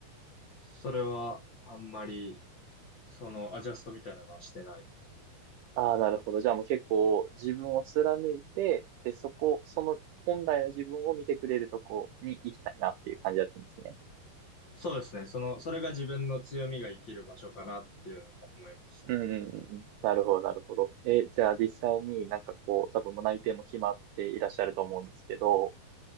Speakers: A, on the left; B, on the right.
A: それはあんまり、その、アジャストみたいなのはしてない。
B: ああ、なるほど。じゃあもう結構自分を貫いて、で、そこ、その本来の自分を見てくれるとこに行きたいなっていう感じだったんですね。
A: そうですね。その、それが自分の強みが生きる場所かなっていうのは思いました。
B: うんうんうんうん。なるほど、なるほど。え、じゃあ実際になんかこう、多分もう内定も決まっていらっしゃると思うんですけど、